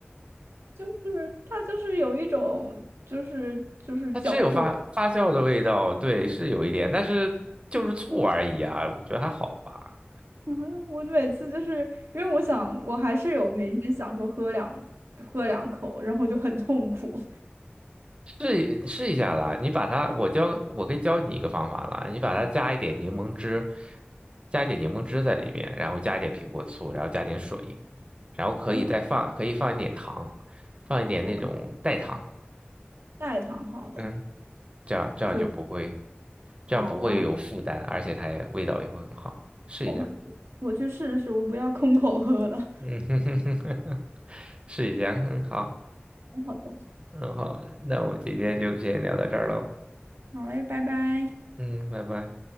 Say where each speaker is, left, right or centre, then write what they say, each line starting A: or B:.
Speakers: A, on the right (about 85°); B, on the right (about 30°).
A: 就是他就是有一种就是就是脚臭味
B: 它只有发发酵的味道，对，是有一点，但是就是醋而已啊，我觉得还好吧。
A: 你们 <laughs> 我每次就是因为我想我还是有每天想说喝两喝两口，然后就很痛苦。
B: 试试一下啦，你把它，我教，我可以教你一个方法啦，你把它加一点柠檬汁，加一点柠檬汁在里面，然后加一点苹果醋，然后加点水，然后可以再放，
A: 我可
B: 可以放一点糖，放一点那种代糖，
A: 我可代糖好的，
B: 嗯，这样这样就不会。
A: 可以好啊，
B: 这样不会有负担，而且它也味道也会很好。试一下，
A: 好很多。我去试试，我不要空口喝了。
B: 嗯哼哼哼哼哼，<laughs> 试一下，很好，
A: <laughs> 好的，
B: 很好。那我们今天就先聊到这儿喽，
A: 好嘞，拜拜。
B: 嗯，拜拜。